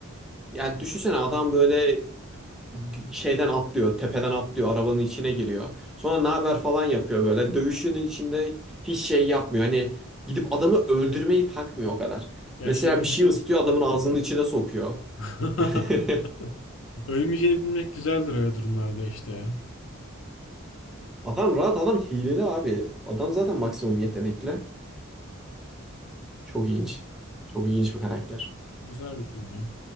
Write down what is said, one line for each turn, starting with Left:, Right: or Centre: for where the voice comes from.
Centre: Yani düşünsene adam böyle şeyden atlıyor, tepeden atlıyor, arabanın içine giriyor. Sonra ne haber
Left: <laughs> Hı.
Centre: falan yapıyor böyle. Dövüşünün içinde hiç şey yapmıyor. Hani gidip adamı öldürmeyi takmıyor o kadar.
Left: Ya
Centre: Mesela
Left: şey düşünsene.
Centre: bir şey ısıtıyor adamın ağzının içine sokuyor.
Left: <laughs>
Centre: <laughs>
Left: Ölmeyeceğini bilmek güzeldir öyle durumlarda işte ya.
Centre: Adam rahat adam hileli abi. Adam zaten maksimum yetenekli. Çok ilginç. Çok ilginç bir karakter.
Left: Güzel bir film ya.